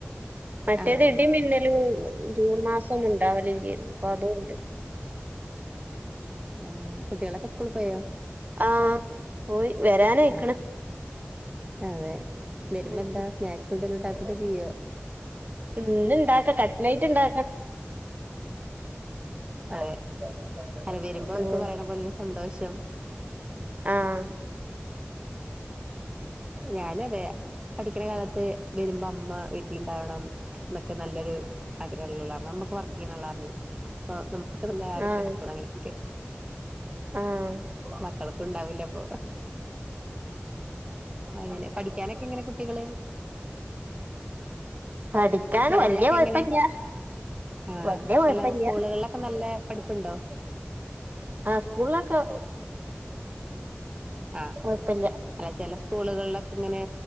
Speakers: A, on the right; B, on the right.
A: മറ്റേത്
B: ആഹ്
A: ഇടിമിന്നലും ജൂൺ മാസ <unintelligible> രാവലും ചെയ്യുന്നു അപ്പൊ അതൊണ്ട്
B: ആ കുട്ടികളൊക്കെ സ്കൂള് പോയോ
A: ആഹ് പോയി വരാനായിക്കണ്
B: ആ അതെ വരുമ്പോ
A: ഉം.
B: എന്താ സ്നാക്സ് എന്തേലും <unintelligible> ചെയ്യോ
A: ഇന്ന് ഇണ്ടാക്ക കട്ലൈറ്റ് ഇണ്ടാ
B: അതെ അല്ല വരുമ്പോ അവർക്ക്
A: ആഹ്
B: പറയണ പോലര് സന്തോഷം
A: ആഹ്
B: ഞാന അതെ പഠിക്കണ കാലത്ത് വരുമ്പോ അമ്മ വീട്ടിലുണ്ടാവണം എന്നൊക്കെ നല്ലൊരു ആഗ്രഹം ഉള്ളള്ള അമ്മ പ്പൊ വർക്ക് ചെയ്യണ ആളർന്നെ അപ്പൊ ന <unintelligible>
A: ആഹ് ആഹ്
B: മക്കൾക്ക ഇണ്ടാവൂലപ്പൊ അങ്ങനെ പഠിക്കാനൊക്കെ എങ്ങനെ കുട്ടികള്
A: പഠിക്കാൻ
B: സ്കൂളിലൊക്കെ
A: വലിയ കുഴപ്പില്ല്യാ
B: എങ്ങനെ ആഹ്
A: വലിയ കുഴപ്പില്ലാ
B: അല്ല സ്കൂളുകളിലൊക്കെ നല്ല പഠിപ്പുണ്ടോ
A: ആ സ്കൂളിലൊക്കെ
B: ആഹ്
A: കുഴപ്പില്യ
B: അല്ല ചില സ്കൂളുകളിലൊക്കെ ഇങ്ങനെ